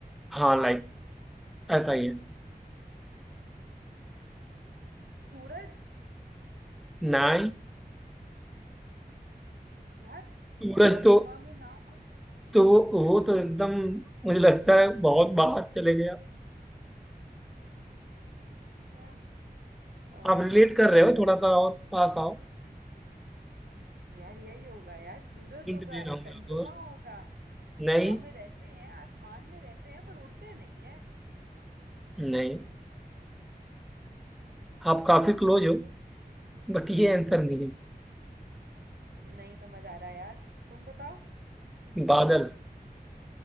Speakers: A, in the centre; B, on the right.
A: हाँ लाइक ऐसा ही है
B: सूरज
A: ना ही
B: यार
A: सूरज
B: सूरज
A: तो
B: हवा में ना उड़
A: तो वो वो तो एकदम मुझे लगता है बहुत बाहर चले गया
B: अच्छा अम
A: आप रिलेट कर रहे हो थोड़ा सा और पास आओ
B: यार यही होगा यार सूरज
A: हिंट
B: होगा
A: दे रहा
B: चंद्रमा
A: हूँ मैं आपको बस।
B: होगा
A: नहीं
B: हवा में रहते हैं आसमान में रहते हैं पर उड़ते नहीं है
A: नहीं आप काफी क्लोज हो बट ये आंसर नहीं
B: नहीं समझ आ रहा यार तुम बताओ
A: है बादल